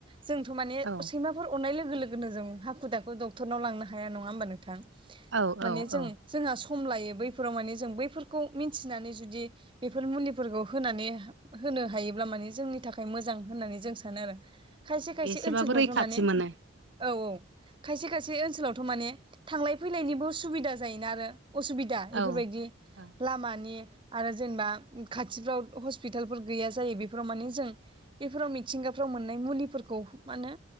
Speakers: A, on the right; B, on the right.
A: जोंथ' माने
B: औ
A: सैमा हफोर अरनाय लोगो -लोगोनो जों हाखु दाखु डक्टरनाव लांनो हाया नङा होमबा नोंथां
B: औ
A: माने
B: औ
A: जों
B: औ
A: जोंहा सम लायो बैफोराव माने जों बैफोरखौ मिथिनानै जुदि बेफोर मुलिफोरखौ होनानै होनो हायोब्ला माने जोंनि थाखाय मोजां होननानै जों सानो आरो। खायसे -खायसे
B: एसेबाबो
A: ओनसोलफोरावथ'
B: रैखाथि
A: माने
B: मोनो
A: औ औ खायसे -खायसे ओनसोलावथ' माने थांलाय फैलायनिबो सुबिदा जायोना आरो असुबिदा दा
B: औ
A: इफोरबायदि
B: औ
A: लामानि आरो जेनेबा खाथिफ्राव हस्पिटालफोर गैया जायो बेफोराव माने जों बेफोराव मिथिंगाफ्राव मोननाय मुलिफोरखौ माने